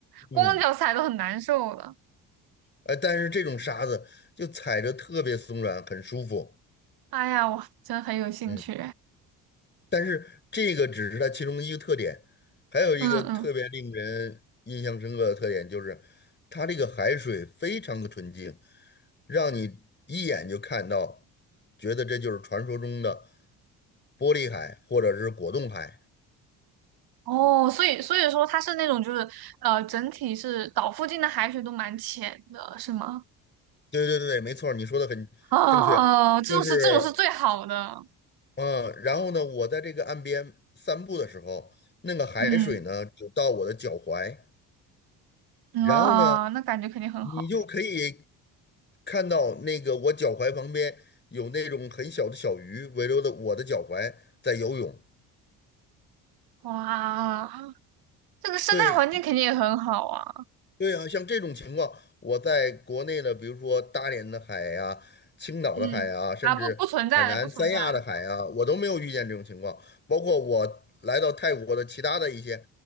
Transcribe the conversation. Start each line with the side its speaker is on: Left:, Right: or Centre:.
Left: 嗯，
Right: 光脚踩都很难受的。
Left: 呃，但是这种沙子就踩着特别松软，很舒服。
Right: 哎呀，我真很有兴趣。
Left: 嗯，但是这个只是它其中的一个特点，还有一个特别令人印象深刻的特点就是，
Right: 嗯嗯，
Left: 它这个海水非常的纯净，让你一眼就看到，觉得这就是传说中的玻璃海或者是果冻海。
Right: 哦，所以所以说它是那种就是呃，整体是岛附近的海水都蛮浅的，是吗？
Left: 对对对没错儿你说的很正确，
Right: 哦，哦这种是这种是最好的。
Left: 就是嗯，然后呢，我在这个岸边散步的时候，那个海水呢只到我的脚踝，
Right: 嗯，啊，
Left: 然后呢。
Right: 哦那感觉肯定很好。
Left: 你就可以看到那个我脚踝旁边有那种很小的小鱼围绕着我的脚踝在游泳。
Right: 哇，这个生态环境肯定也很好啊。
Left: 对，对啊，像这种情况，我在国内的，比如说大连的海呀、青岛的海啊，
Right: 嗯，
Left: 甚至海南三亚的海啊，
Right: 啊，不不存在的，不存在的。
Left: 我都没有遇见这种情况。包括我来到泰国的其他的一些